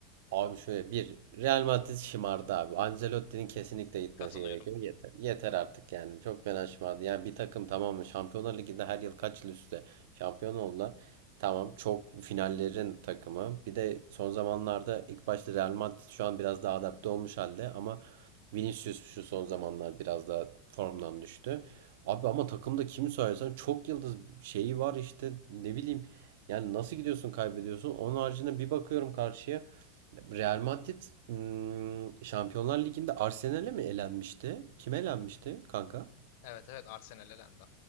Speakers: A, on the right (about 70°); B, on the left (about 60°).
A: Abi şöyle bir Real Madrid şımardı abi. Ancelotti'nin kesinlikle gitmesi
B: Katılıyorum.
A: gerekiyor. Yeter. Yeter artık yani. Çok fena şımardı. Yani bir takım tamam mı? Şampiyonlar Ligi'nde her yıl kaç yıl üstte şampiyon oldular. Tamam çok finallerin takımı. Bir de son zamanlarda ilk başta Real Madrid şu an biraz daha adapte olmuş halde ama Vinicius şu son zamanlar biraz daha formdan düştü. Abi ama takımda kimi sayarsan çok yıldız şeyi var işte ne bileyim. Yani nasıl gidiyorsun kaybediyorsun. Onun haricinde bir bakıyorum karşıya. Real Madrid hmm, Şampiyonlar Ligi'nde Arsenal'e mi elenmişti? Kim elenmişti kanka?
B: Evet evet Arsenal elendi.